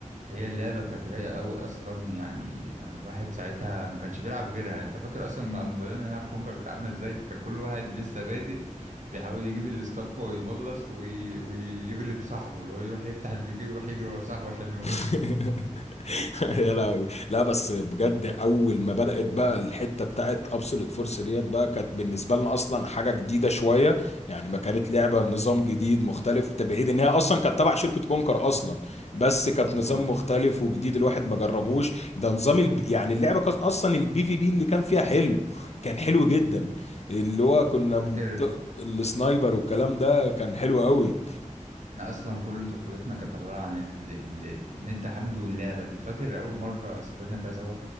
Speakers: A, on the right (about 70°); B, on the left (about 55°).
A: هي اللعبة كانت رايقة قوي أصلا يعني الواحد ساعتها ما كانش بيلعب غيرها أنت فاكر أصلا لما لما بدأنا نلعب كونكر كانت عاملة إزاي؟ كان كل واحد لسه بادئ بيحاول يجيب الاستاف ويبلص وي... ويغلب صاحبه اللي هو يروح يفتح البيكي ويروح يجري ورا صاحبه عشان يموت
B: <laughs> يا لهوي لا بس بجد اول ما بدات بقى الحته بتاعت ابسولوت فورس ديت بقى كانت بالنسبه لنا اصلا حاجه جديده شويه يعني ما كانت لعبه نظام جديد مختلف تبعيد ان هي اصلا كانت تبع شركه كونكر اصلا بس كانت
A: آه.
B: نظام مختلف وجديد الواحد ما جربوش ده نظام الب... يعني اللعبه كانت اصلا البي في بي اللي كان فيها حلو كان حلو جدا اللي هو كنا
A: فاكر
B: بت- السنايبر والكلام ده كان حلو قوي
A: احنا اصلا كل طفولتنا كانت عباره عن ال... ال... ال- النت حمد واللعبه دي فاكر اول مره سافرنا فيها سوا